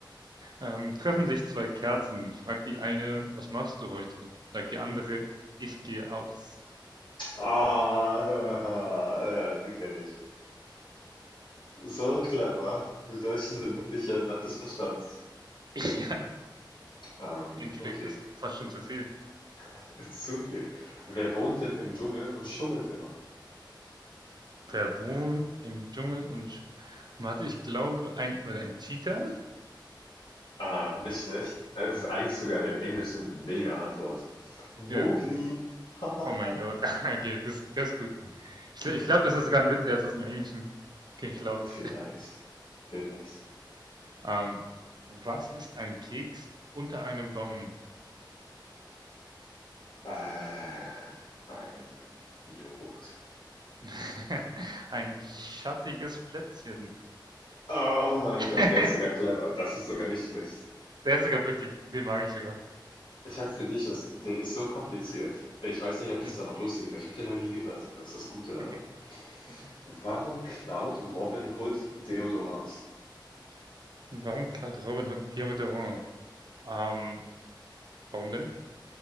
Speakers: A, on the right (about 60°); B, on the left (about 75°).
A: Ähm, treffen sich zwei Kerzen, fragt die eine, was machst du heute? Sagt die andere, ich gehe aus.
B: Ah, haha. ja, die kenne ich. So clever. Wir Deutschen sind wirklich ein Land des Verstands.
A: <laughs> ja,
B: Ähm,
A: Intellekt
B: okay.
A: ist fast schon zu viel.
B: <laughs> Zu viel. Wer wohnt denn im Dschungel und schummelt immer?
A: Wer wohnt im Dschungel und sch- warte, ich glaube, ein, oder ein Cheetah?
B: Ah, nicht schlecht. Das ist eigentlich sogar im Englischen eine Mega-Antwort. Mowgli.
A: Ja.
B: Hahaha.
A: Oh mein Gott. <laughs> Okay, das, das ist gut. Ich,
B: <laughs>
A: gl- ich glaube, das ist sogar ein Witz, der ist aus dem Englischen geklaut.
B: Vielleicht. Vielleicht.
A: Ähm, was ist ein Keks unter einem Baum?
B: Äh, ein Joghurt.
A: <laughs> Ein schattiges Plätzchen.
B: Oh mein
A: <laughs>
B: Gott, der ist sogar clever. Das ist sogar nicht schlecht.
A: Der ist sogar wirklich, den mag ich sogar.
B: Ich habe für dich das, der ist so kompliziert. Ich weiß nicht, ob das
A: Hm,
B: da noch lustig war. Ich habe den noch nie gehört. Das ist das Gute daran.
A: okay, okay.
B: Warum klaut Robin Hood Deodorant?
A: Warum klaut Robin Hood Deodorant? Ähm, warum denn?